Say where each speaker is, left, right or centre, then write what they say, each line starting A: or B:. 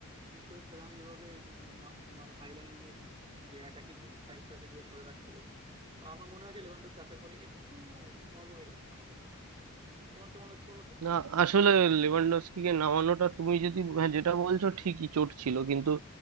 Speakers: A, on the right; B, on the right.
A: বিশেষ করে ফেরান যেভাবে উম, মা- তোমার হাইলাইনের যে অ্যাটাকিং সাইডটা যেভাবে ধরে রাখছিল আমার মনে হয় যে লেভানডস্কি আসার পরে একটু নড়বড়ে লাগছে আমার কাছে তোমার কেমন লাগছে বলো তো
B: না আসলে লেভানডস্কিকে নামানোটা তুমি যদি হ্যাঁ, যেটা বলছো ঠিকই চোট ছিল কিন্তু